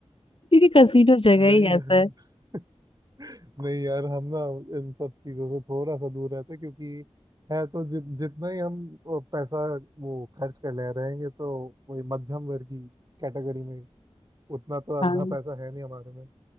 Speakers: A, on the left (about 55°); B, on the right (about 35°).
A: क्योंकि कसीनो जगह
B: नहीं
A: ही
B: यार
A: ऐसा है
B: नहीं यार हम ना इन सब चीजों से थोड़ा सा दूर रहते हैं, क्योंकि है तो जि, जितना ही हम वो पैसा वो खर्च कर ले रहेंगे तो वही मध्यम वर्ग की कैटेगरी में उतना तो
A: हाँ
B: अंधा पैसा है नहीं हमारे में